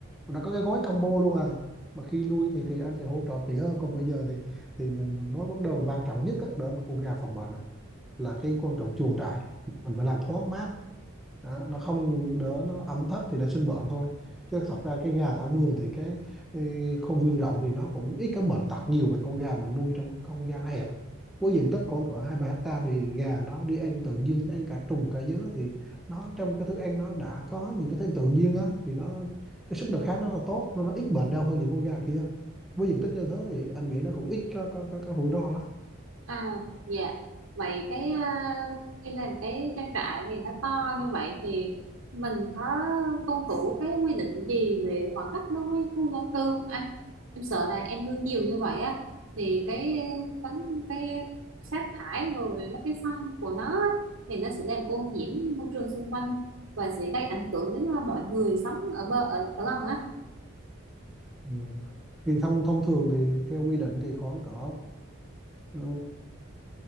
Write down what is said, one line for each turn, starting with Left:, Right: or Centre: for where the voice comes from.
Centre: nó có cái gói combo luôn à mà khi nuôi thì thì anh sẽ hỗ trợ kỹ hơn còn bây giờ thì thì mình nói vấn đề quan trọng nhất á, để mà con gà phòng bệnh là cái quan trọng chuồng trại mình phải làm thoáng mát đó, nó không đỡ nó ẩm thấp thì nó sinh bệnh thôi chứ thật ra cái gà thả vườn thì cái, cái không gian rộng thì nó cũng ít cái bệnh tật nhiều bằng con gà mình nuôi trong cái không gian nó hẹp với diện tích khoảng cỡ hai ba hecta thì gà nó đi ăn tự nhiên ăn cả trùng cả dứa thì nó trong cái thức ăn nó đã có những cái thức ăn tự nhiên á thì nó cái sức đề kháng nó là tốt nên nó ít bệnh đau hơn những con gà kia với diện tích như thế thì anh nghĩ nó cũng ít có có có, có rủi ro lắm
Right: À, dạ. Vậy cái ờ, em làm cái trang trại thì nó to như vậy thì mình có tuân thủ cái quy định gì về khoảng cách đối với khu dân cư không anh? Em sợ là em nuôi nhiều như vậy á thì cái vấn cái sát thải rồi mấy cái phân của nó á, thì nó sẽ làm ô nhiễm
Centre: Ừ.
Right: môi trường xung quanh và sẽ gây ảnh hưởng đến ờ, mọi người sống ở bờ ở, ở gần á.
Centre: Ừ. Thì thông thông thường thì theo quy định thì khoảng cỡ ờ,